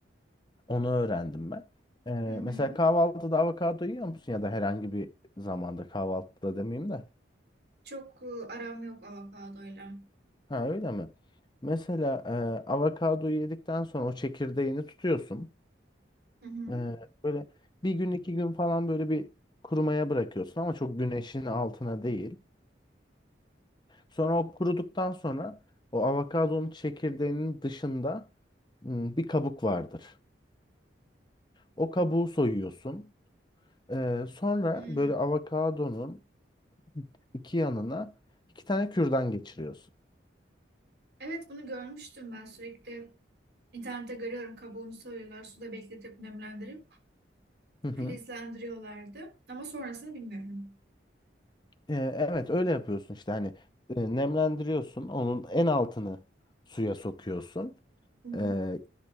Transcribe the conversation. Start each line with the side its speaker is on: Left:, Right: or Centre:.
Left: Onu öğrendim ben. Ee,
Right: Hı hı.
Left: mesela kahvaltıda avokado yiyor musun? Ya da herhangi bir zamanda kahvaltıda demeyeyim de.
Right: Çok e, aram yok avokadoyla.
Left: Ha öyle mi? Mesela e, avokadoyu yedikten sonra o çekirdeğini tutuyorsun.
Right: Hı hı.
Left: Ee, böyle bir gün iki gün falan böyle bir kurumaya bırakıyorsun ama çok güneşin altına değil. Sonra o kuruduktan sonra o avokadonun çekirdeğinin dışında hmm, bir kabuk vardır. O kabuğu soyuyorsun. Ee, sonra
Right: Hmm.
Left: böyle avokadonun iki yanına iki tane kürdan geçiriyorsun.
Right: Evet bunu görmüştüm ben sürekli İnternette görüyorum kabuğunu soyuyorlar, suda bekletip nemlendirip
Left: Hı hı.
Right: filizlendiriyorlardı. Ama sonrasını bilmiyorum.
Left: Ee, evet öyle yapıyorsun işte hani e, nemlendiriyorsun. Onun en altını suya sokuyorsun.
Right: Hı hı.
Left: Ee,